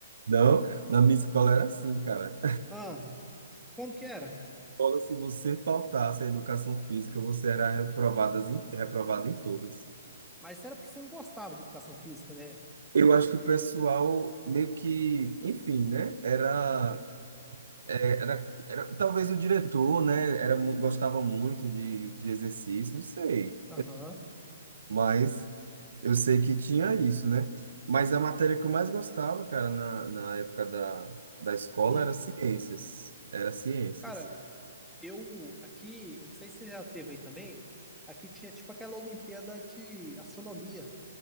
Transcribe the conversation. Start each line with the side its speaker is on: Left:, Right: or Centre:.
Right: Não, na minha escola era assim, cara.
Centre: ah, como que era?
Right: escola, se você faltasse a educação física, você era reprovado em, reprovado em todas.
Centre: Mas era porque você não gostava de educação física, né?
Right: Eu acho que o pessoal meio que, enfim, né? Era, é, era, era talvez o diretor, né? Era, mu- gostava muito de, de exercício, não sei.
Centre: Aham.
Right: Mas eu sei que tinha isso, né? Mas a matéria que eu mais gostava, cara, na, na época da, da escola
Centre: Hum.
Right: era ciências. Era ciências.
Centre: Cara, eu aqui, eu não sei se você já teve aí também, aqui tinha tipo aquela Olimpíada de astronomia.